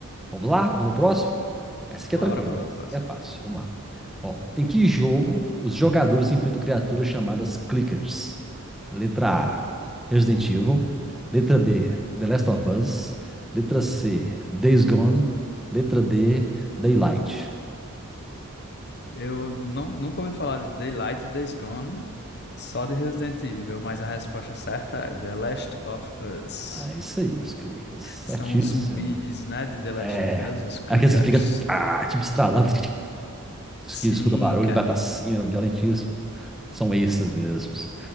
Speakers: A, in the centre; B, on the left.
A: Vamos lá? Vamos pro próximo? Essa aqui
B: Bora,
A: é tranquila,
B: bora
A: ó.
B: pra
A: Essa
B: próxima.
A: aqui é fácil. Vamos lá. Ó, em que jogo os jogadores enfrentam criaturas chamadas clickers? Letra A, Resident Evil. Letra B, The Last of Us. Letra C, Days Gone. Letra D, Daylight.
B: Eu não, nunca ouvi falar de Daylight, Days Gone, só de Resident Evil, mas a resposta certa é The Last of Us.
A: Ah, é isso aí, os clickers. Certíssimo.
B: São os zumbis, né, de The Last
A: É.
B: of Us, os clickers.
A: Aqueles que fica, ah, tipo, estralando,
B: Sim,
A: que escuta barulho
B: cara.
A: e vai pra cima, violentíssimo. São esses mesmos.